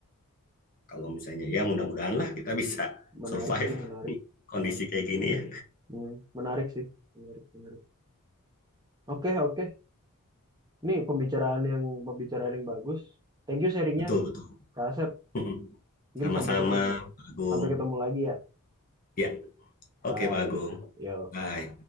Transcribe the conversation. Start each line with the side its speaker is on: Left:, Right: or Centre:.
Left: Kalau misalnya ya mudah-mudahan lah kita bisa
Right: menarik
Left: survive
Right: sih, menarik.
Left: <laughs> kondisi kayak gini ya.
Right: Hmm, menarik sih, menarik, menarik. Oke, oke. Ini pembicaraan yang pembicaraan yang bagus. Thank you sharingnya,
Left: Betul, betul.
Right: Kak Asep.
Left: <laughs>
Right: Mungkin
Left: Sama-sama,
Right: sampai ketemu,
Left: Pak Agung.
Right: sampai ketemu lagi ya.
Left: Ya,
Right: Bye.
Left: oke Pak Agung.
Right: Yo.
Left: Bye.